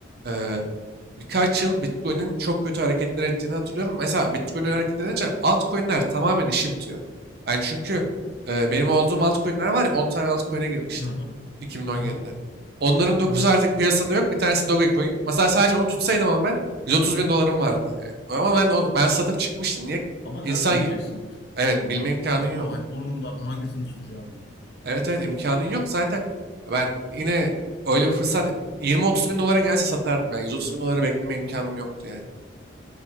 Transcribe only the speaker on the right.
eee, birkaç yıl Bitcoin'in çok kötü hareketler ettiğini hatırlıyorum. Mesela Bitcoin öyle hareket edince altcoin'ler tamamen işi bitiyor. Ben çünkü eee, benim olduğum altcoin'ler var ya 10 tane altcoin'e girmiştim
2017'de.
Onların 9'u
artık piyasada yok. Bir tanesi Dogecoin. Mesela sadece onu tutsaydım ama ben 130 bin dolarım vardı yani. Ama ben o- ben satıp çıkmıştım. Niye?
İnsan
Evet,
bilme imkanın
yok.
Evet evet imkanın yok. Zaten ben yine öyle bir fırsat 20-30 bin dolara gelse satardım yani. 130 bin dolara bekleme imkanım yoktu yani.